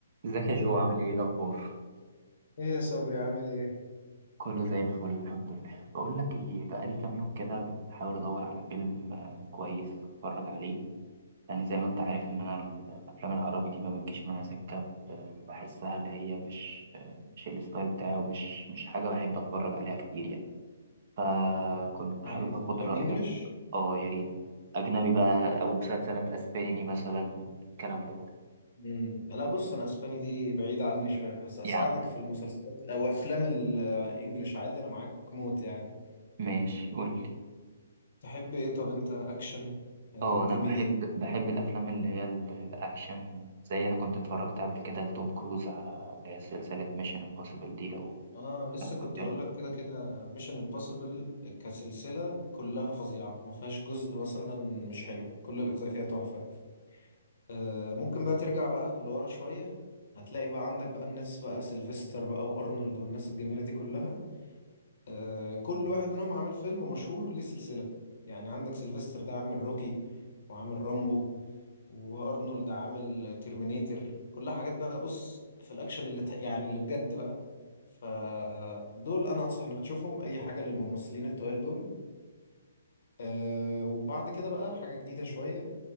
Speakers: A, on the right; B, on the left.
A: ازيك يا جو عامل ايه إيه الاخبار
B: ايه يا صبري عامل ايه؟
A: كله زي الفل الحمد لله بقول لك ايه بقالي كام يوم كده بحاول ادور على فيلم آه، كويس اتفرج عليه لان زي ما انت عارف ان انا ال- الافلام العربي دي ما بتجيش معايا سكه آه، بحسها اللي هي مش آه، مش الستايل بتاعي ومش مش حاجه بحب اتفرج عليها كتير يعني فكنت
B: عايز
A: حابب اخد
B: افلام
A: رايك
B: انجلش
A: اه يا ريت اجنبي بقى او مسلسلات اسباني مثلا الكلام ده كله
B: مم. لا بص انا اسباني دي بعيدة عني شوية بس اساعدك
A: يا عم
B: في المسلسلات او افلام الانجليش عادي انا معاك موت يعني
A: ماشي قول
B: تحب ايه طب انت اكشن آه،
A: اه
B: كوميدي
A: انا بحب بحب الافلام اللي هي ال- الاكشن زي انا كنت اتفرجت قبل كده لتوم كروز على اللي هي سلسله ميشن امبوسيبل دي لو
B: اه لسه
A: لو
B: كنت
A: فاكر
B: هقول لك كده كده ميشن امبوسيبل كسلسلة كلها فظيعة ما فيهاش جزء مثلا مش حلو كل الاجزاء فيها تحفة آه ممكن بقى ترجع بقى لورا شوية هتلاقي بقى عندك بقى الناس بقى سيلفستر بقى وارنولد والناس الجميلة دي كلها آه، كل واحد منهم عامل فيلم مشهور ليه سلسلة يعني عندك سيلفستر ده عامل روكي وعامل رامبو وارنولد عامل ترمينيتر كلها حاجات بقى بص في الاكشن اللي ت- يعني اللي بجد بقى فدول انا انصح انك تشوفهم اي حاجة للممثلين التوال دول أه وبعد كده بقى حاجة جديدة شوية